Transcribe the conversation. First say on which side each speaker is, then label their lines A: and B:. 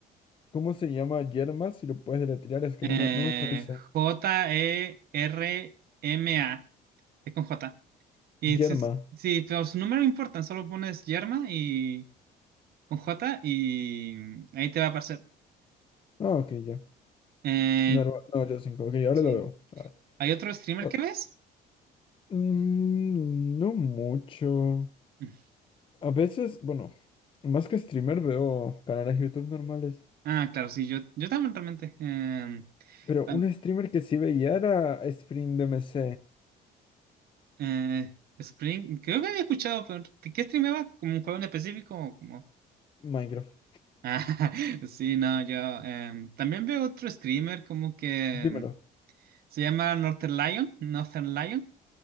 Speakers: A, on the left; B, on the right.
A: ¿Cómo se llama Yerma si lo puedes deletrear? Es que
B: Eh,
A: no me, no me parece.
B: J-E-R-M-A. Es con J. Y
A: Yerma.
B: si, si los números no importan, solo pones yerma y con J y mm, ahí te va a aparecer.
A: Ah, ok, ya.
B: Eh,
A: No, no, no, yo cinco. Ok, ahora
B: sí.
A: lo veo. A ver.
B: ¿Hay otro streamer
A: Ah,
B: que ves?
A: mm, no mucho.
B: Mm.
A: A veces, bueno, más que streamer veo canales de YouTube normales.
B: Ah, claro, sí, yo, yo también realmente. em,
A: Pero
B: tam-
A: un streamer que sí veía era SprintMC,
B: eh, Spring, creo que había escuchado, pero ¿de ¿qué streameaba? ¿Como un juego en específico? o Como...
A: Minecraft.
B: Ah, <laughs> sí, no, yo em, también veo otro streamer como que
A: Dímelo.
B: em, se llama Northern Lion, Northern Lion.